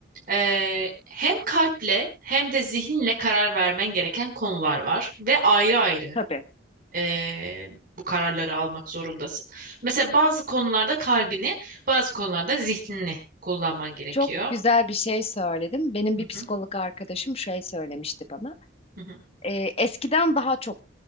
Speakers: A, on the right; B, on the left.
A: e, hem kalple hem de zihinle karar vermen gereken konular var ve ayrı ayrı
B: tabii.
A: e, bu kararları almak zorundasın. Mesela bazı konularda kalbini, bazı konularda zihnini kullanman gerekiyor.
B: Çok güzel bir şey söyledim. Benim
A: Hı
B: bir psikolog
A: hı,
B: arkadaşım şey söylemişti bana.
A: hı hı,
B: Ee, eskiden daha çok